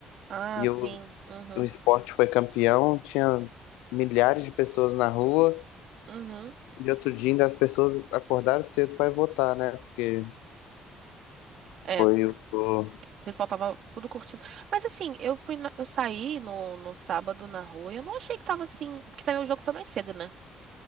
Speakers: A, on the right (about 60°); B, on the left (about 80°).
A: Ah,
B: e
A: sim.
B: o,
A: Uhum.
B: o esporte foi campeão, tinha milhares de pessoas na rua
A: Uhum.
B: E outro dia ainda as pessoas acordaram cedo para votar, né? Porque
A: É.
B: foi
A: O
B: o. o-
A: pessoal tava tudo curtindo. Mas assim, eu fui na- eu saí no, no sábado na rua e eu não achei que tava assim. Porque também o jogo foi mais cedo, né?